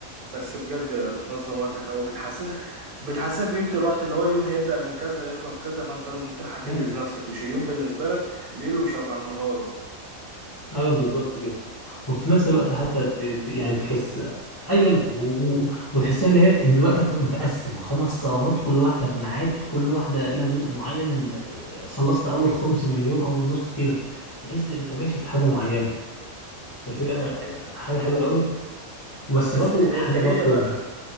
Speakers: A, on the right (about 85°); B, on the left (about 35°).
A: بس بجد بتنظم وقتك او بتحسسك بتحسسك بقيمه الوقت اللي هو اليوم هيبدا من كذا يخلص كذا فانت لازم تلحق تنجز
B: أيوة.
A: نفسك مش اليوم بالنسبه لك ليله شبه نهاره
B: ايوه بالظبط كده وفي نفس الوقت حتى ت- ت- يعني تحس ايوه و- و- وتحسها اللي هي ان الوقت هتبقى متقسم خمس صلوات كل واحده بميعاد كل واحده لها جزء معين ال- خلصت اول خمس من اليوم اول نص كده تحس انت ماشي في حاجه معينه فبتبقى
A: إيه،
B: حاجه حلوه
A: مم.
B: قوي بس
A: بس
B: برضو
A: الانتاجيه
B: حاجه برضو
A: بقى